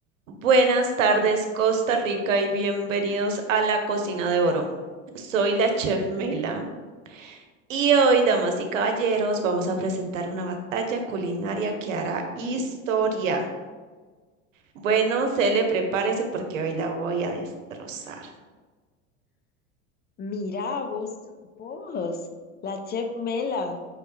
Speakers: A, on the right; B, on the left.
A: Buenas tardes, Costa Rica, y bienvenidos a la Cocina de Oro. Soy la chef Mela y hoy, damas y caballeros, vamos a presentar una batalla culinaria que hará historia. Bueno, se le prepárese porque hoy la voy a destrozar.
B: Mirá, vos, vos, la chef Mela,